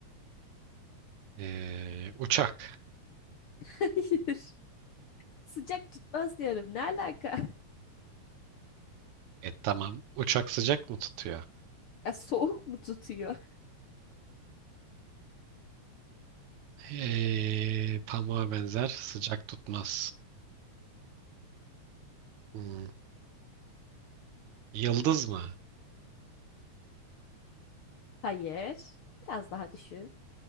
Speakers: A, on the right (about 75°); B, on the left (about 70°).
A: ee, uçak.
B: <laughs> Hayır, sıcak tutmaz diyorum. Ne alaka?
A: E tamam. Uçak sıcak mı tutuyor?
B: Ya soğuk mu tutuyor?
A: Eee pamuğa benzer sıcak tutmaz. Hmm, Yıldız mı?
B: Hayır, biraz daha düşün.